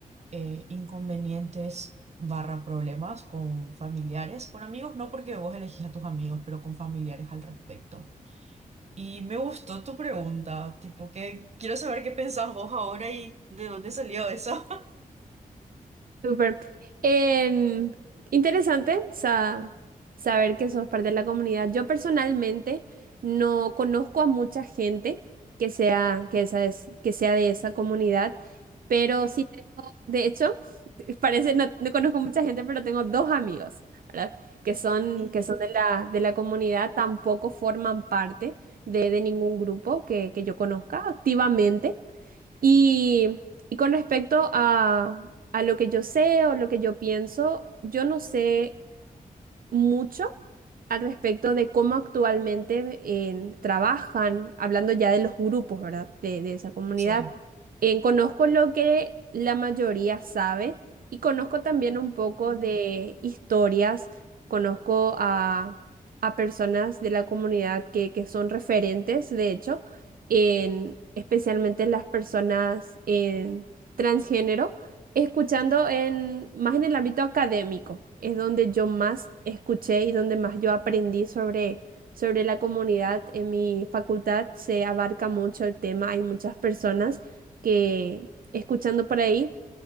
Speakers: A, on the right; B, on the right.
A: eh, inconvenientes barra problemas con familiares, con amigos, no porque vos elegís a tus amigos, pero con familiares al respecto. Y me gustó tu pregunta, tipo que quiero saber qué pensás vos ahora y de dónde salió eso.
B: Súper. Em, interesante sa- saber que sos parte de la comunidad. Yo personalmente no conozco a mucha gente que sea, que esa es, que sea de esa comunidad, pero
A: <laughs> Ujú.
B: sí, te- de hecho, <laughs> parece, no, no conozco mucha gente, pero tengo dos amigos, ¿verdad? Que son,
A: Ujú.
B: que son de la, de la comunidad, tampoco forman parte de, de ningún grupo que, que yo conozca activamente. Y, y con respecto a, a lo que yo sé o lo que yo pienso, yo no sé mucho al respecto de cómo actualmente en- trabajan, hablando ya de los grupos, ¿verdad? De, de esa comunidad.
A: Sí,
B: En, conozco lo que la mayoría sabe y conozco también un poco
A: Mm.
B: de historias, conozco a, a personas de la comunidad que, que son referentes, de hecho, en, especialmente las personas en transgénero Escuchando en, más en el ámbito académico, es donde yo más escuché y donde más yo aprendí sobre, sobre la comunidad. En mi facultad se abarca mucho el tema, hay muchas personas que escuchando por ahí,